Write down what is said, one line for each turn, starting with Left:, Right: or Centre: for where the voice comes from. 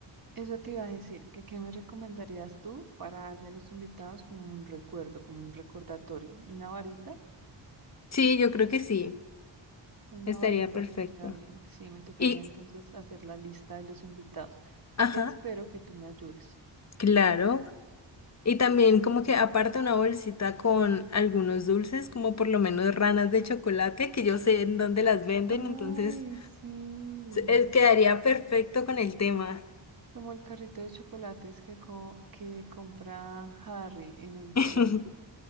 Right: Eso te iba a decir, que qué me recomendarías tú para darle a los invitados como un recuerdo, como un recordatorio, una varita,
Left: Sí, yo creo que sí,
Right: una
Left: estaría
Right: varita
Left: perfecto.
Right: estaría bien. Sí, me tocaría
Left: Y,
Right: entonces hacer la lista de los invitados,
Left: ajá,
Right: que espero que tú me ayudes.
Left: claro. Y también como que aparte una bolsita con algunos dulces, como por lo menos ranas de chocolate, que yo sé en dónde las venden,
Right: Ay,
Left: entonces
Right: sí.
Left: eh, quedaría perfecto con el tema.
Right: Como el carrito de chocolates que, co- que compra Harry en el tren.
Left: <laughs>